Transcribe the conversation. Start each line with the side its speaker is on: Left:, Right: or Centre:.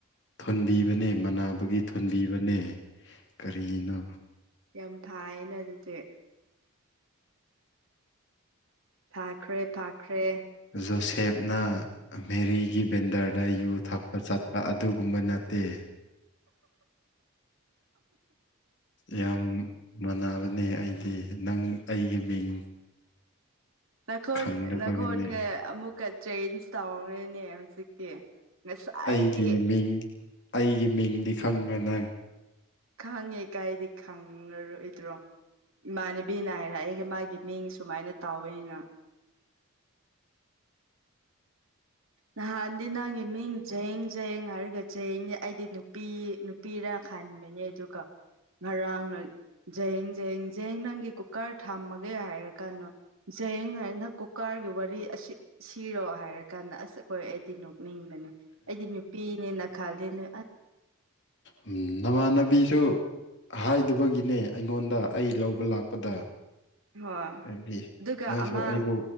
Left: ꯊꯣꯟꯕꯤꯕꯅꯦ ꯃꯅꯥꯕꯒꯤ ꯊꯣꯟꯕꯤꯕꯅꯦ ꯀꯔꯤꯅꯣ
Right: ꯌꯥꯝ ꯐꯩꯏꯅ ꯑꯗꯨꯗꯤ ꯐꯥꯈ꯭ꯔꯦ ꯐꯥꯈ꯭ꯔꯦ
Left: ꯖꯣꯁꯦꯞ ꯅꯥ ꯃꯦꯔꯤꯒꯤ ꯕꯦꯟꯗꯔꯗ ꯌꯨ ꯊꯛꯄ ꯆꯠꯄ ꯑꯗꯨꯒꯨꯝꯕ ꯅꯠꯇꯦ ꯌꯥꯝ ꯃꯅꯕꯅꯦ ꯑꯩꯗꯤ ꯅꯪ ꯑꯩꯒꯤ ꯃꯤꯡ
Right: ꯅꯈꯣꯟ
Left: ꯈꯪꯗꯕꯒꯤꯅꯦ
Right: ꯅꯈꯣꯟꯒ ꯑꯃꯨꯛꯀ ꯆꯦꯟꯖ ꯇꯧꯈ꯭ꯔꯦꯅꯦ ꯁꯤꯛꯇ ꯉꯁꯥꯏꯥꯏꯗꯤ
Left: ꯑꯩꯒꯤ ꯃꯤꯡ ꯑꯩꯒꯤ ꯃꯤꯡꯗꯤ ꯈꯪꯕ ꯅꯪ
Right: ꯈꯪꯉꯦ ꯀꯥꯏꯗꯤ ꯈꯪꯉꯔꯣꯏꯗ꯭ꯔꯣ ꯏꯃꯥꯟꯅꯕꯤꯅꯅꯥ ꯍꯥꯏꯔꯛꯑꯒ ꯃꯥꯒꯤ ꯃꯤꯡ ꯁꯨꯃꯥꯏꯅ ꯇꯧꯋꯅ ꯅꯥꯍꯟꯗꯤ ꯅꯪꯒꯤ ꯃꯤꯡ ꯖꯦꯡ ꯌꯦꯡ ꯍꯥꯏꯔꯒ ꯖꯌꯦꯡꯅꯦ ꯑꯩꯗꯤ ꯅꯨꯄꯤ ꯅꯨꯄꯤꯔ ꯈꯟꯕꯅꯦ ꯑꯗꯨꯒ ꯉꯔꯥꯡ ꯅꯣꯏ ꯌꯦꯡ ꯌꯦꯡ ꯖꯌꯦꯡ ꯅꯪꯒꯤ ꯀꯨꯀꯔ ꯊꯝꯃꯒꯦ ꯍꯥꯏꯔ ꯀꯥꯟꯗꯣ ꯖꯌꯦꯡ ꯍꯥꯏꯅ ꯀꯨꯀꯥꯔꯒꯤ ꯋꯥꯔꯤ ꯑꯁꯤ ꯁꯤꯔꯣ ꯍꯥꯏꯔ ꯀꯥꯟꯗ ꯑꯁ ꯍꯈꯣꯏ ꯑꯩꯗꯤ ꯅꯣꯛꯅꯤꯡꯕꯅꯦ ꯑꯩꯗꯤ ꯅꯨꯄꯤꯅꯦꯅ ꯈꯜꯂꯦ ꯅꯣꯏ
Left: ꯎꯝ ꯅꯃꯥꯟꯅꯕꯤꯁꯨ ꯍꯥꯏꯗꯕꯒꯤꯅꯦ ꯑꯩꯉꯣꯟꯗ ꯑꯩ ꯂꯧꯕ ꯂꯥꯛꯄꯗ
Right: ꯍꯣꯏ
Left: ꯍꯥꯏꯗꯤ
Right: ꯑꯗꯨꯒ
Left: ꯃꯣꯏꯁꯨ
Right: ꯑꯃ
Left: ꯑꯩꯕꯨ